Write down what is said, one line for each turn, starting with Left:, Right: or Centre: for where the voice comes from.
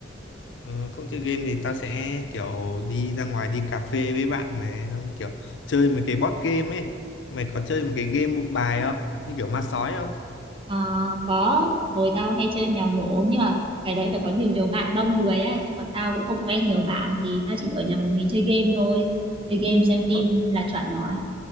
Left: Ờ, không chơi game thì tao sẽ kiểu đi ra ngoài đi cà phê với bạn này, xong kiểu chơi mấy cái board game ấy. Mày có chơi một cái game bộ bài không? Như kiểu ma sói không?
Right: Ờ, có hồi tao hay chơi mèo nổ nhưng mà cái đấy phải có nhiều nhiều bạn đông người á chứ còn tao cũng không quen nhiều bạn thì tao chỉ ở nhà một mình chơi game thôi chơi game xem phim
Left: Ơ,
Right: là chuẩn rồi